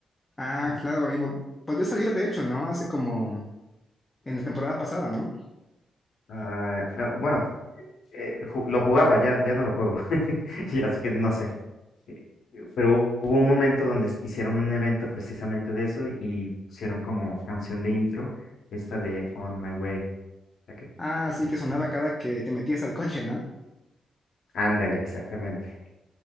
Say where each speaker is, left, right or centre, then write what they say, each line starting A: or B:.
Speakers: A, on the left; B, on the left.
A: Ah,
B: Ajá.
A: claro, y vol- volvió a salir de hecho, ¿no? Hace como en la temporada pasada, ¿no?
B: Ah, ah, bueno, eh, ju- lo jugaba, ya, ya no lo juego. <laughs> Y así que no sé. eh, Pero hubo un momento donde hicieron un evento precisamente de eso y pusieron como canción de intro esta de On My Way, la que,
A: Ah,
B: la que
A: sí,
B: mencionaste.
A: que sonaba cada que te metías al coche, ¿no?
B: Ándale, exactamente.